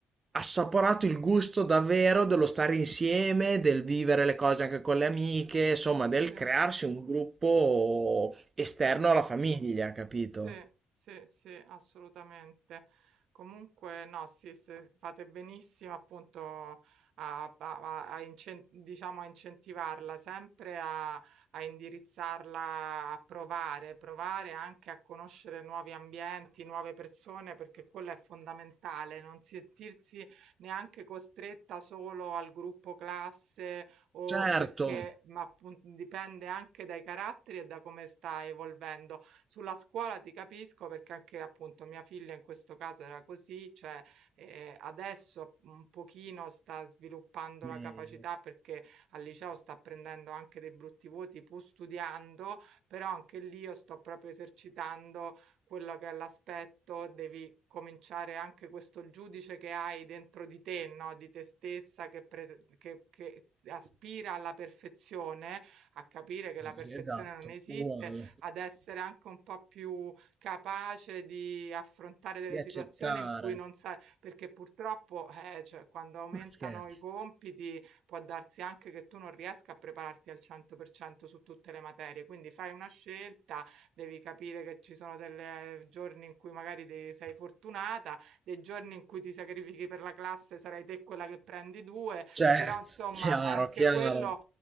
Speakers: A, on the right; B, on the right.
A: assaporato il gusto davvero dello stare insieme, del vivere le cose anche con le amiche, insomma, del
B: sì,
A: crearsi un gruppo esterno
B: sì.
A: alla famiglia, capito?
B: Sì, sì, sì, assolutamente. Comunque, no, sì, se fate benissimo appunto a, a- a- a incen- diciamo, a incentivarla, sempre a, a indirizzarla a provare, provare anche a conoscere nuovi ambienti, nuove persone, perché quello è fondamentale, non sentirsi neanche costretta solo al gruppo classe o
A: Certo,
B: perché, ma appunto dipende anche dai caratteri e da come sta evolvendo sulla scuola ti capisco perché anche appunto mia figlia in questo caso era così, cioè eh, adesso un pochino sta sviluppando
A: meglio.
B: la capacità perché al liceo sta prendendo anche dei brutti voti pur studiando, però anche lì io sto proprio esercitando quello che è l'aspetto, devi cominciare anche questo giudice che hai dentro di te, no? Di te stessa che, pre- che, che aspira alla perfezione, a capire che la
A: Eh,
B: perfezione
A: Esatto,
B: non esiste
A: uguale.
B: ad essere anche un po' più capace di affrontare delle
A: Di accettare.
B: situazioni in cui non sai, perché purtroppo eh, cioè, quando aumentano
A: Ma scherzi.
B: i compiti può darsi anche che tu non riesca a prepararti al 100% su tutte le materie, quindi fai una scelta, devi capire che ci sono dei giorni in cui magari de- sei fortunata, dei giorni in cui ti sacrifichi per la classe sarai te quella che prendi due,
A: Certo,
B: però insomma
A: chiaro,
B: è anche
A: chiaro.
B: quello